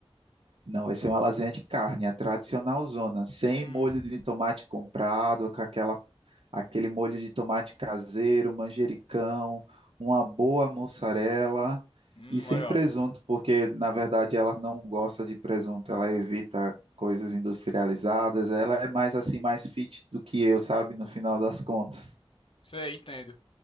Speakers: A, on the right; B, on the left.
A: Não, vai ser uma lasanha de carne, a tradicional zona, sem
B: Hum,
A: molho de tomate comprado, com aquela aquele molho de tomate caseiro, manjericão, uma boa mussarela
B: hum,
A: e sem
B: legal.
A: presunto, porque na verdade ela não gosta de presunto, ela evita coisas industrializadas, ela é mais assim, mais fit do que eu, sabe, no final das contas.
B: Sei, entendo.